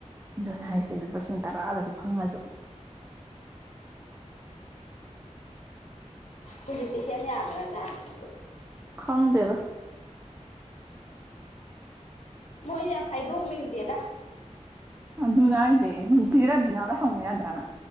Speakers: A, on the right; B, on the left.
A: ꯑꯗꯨꯅꯦ ꯍꯥꯏꯁꯦ ꯂꯨꯄꯥ ꯂꯤꯁꯤꯡ ꯇꯔꯥꯗꯁꯨ ꯐꯪꯉꯁꯨ
B: ꯍꯧꯖꯤꯛ ꯇꯤ ꯁꯦꯝ ꯌꯥꯗꯔꯥ ꯖꯠꯂꯥ
A: ꯈꯪꯗꯦꯗ
B: ꯃꯣꯏꯁꯦ ꯌꯥꯝ ꯍꯥꯏꯗꯣꯛꯅꯤꯡꯗꯦꯗ
A: ꯑꯗꯨꯅꯤ ꯍꯥꯏꯁꯦ ꯅꯨꯡꯇꯤ ꯆꯦ ꯔꯥꯕꯤꯅꯥꯗ ꯍꯪꯉꯨ ꯌꯥꯗ꯭ꯔꯥꯅ